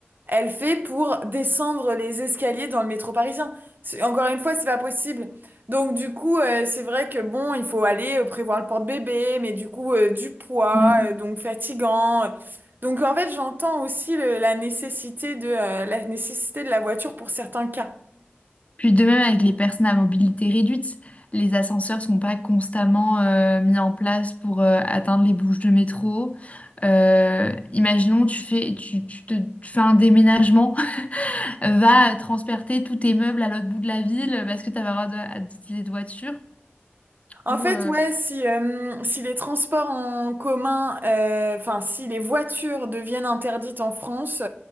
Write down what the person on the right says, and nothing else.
elle fait pour descendre les escaliers dans le métro parisien? C'est- Encore une fois, c'est pas possible. Donc du coup, euh, c'est vrai que bon, il faut aller euh, prévoir le porte-bébé, mais du coup, euh, du poids,
euh, donc fatigant. Donc en fait, j'entends aussi le- la nécessité de, euh, la nécessité de la voiture pour certains cas.
En
fait,
ouais, si, euh, si les transports en commun, euh, enfin, si les voitures deviennent interdites en France,